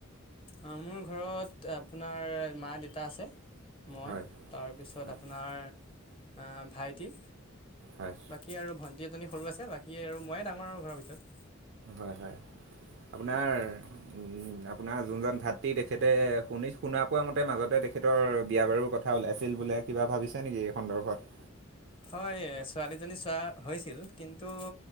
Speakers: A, on the left; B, on the right.
A: অ মোৰ ঘৰত আপোনাৰ মা দেউতা আছে মই
B: হয়
A: তাৰপিছত
B: হয়
A: আপোনাৰ ভাইটি
B: হয়
A: বাকী আৰু ভণ্টি এজনী সৰু আছে বাকী আৰু মইয়ে ডাঙৰ আৰু ঘৰৰ ভিতৰত
B: হয়, হয় আপোনাৰ উম আপোনাৰ যোনজন ভাতৃ তেখেতে শুনি শুনা পোৱা মতে মাজতে তেখেতৰ বিয়া বাৰু কথা কথা ওলাইছিল বোলে কিবা ভাবিছে নেকি এই সন্দৰ্ভত
A: হয় ছোৱালীজনী চোৱা হৈছিল কিন্তু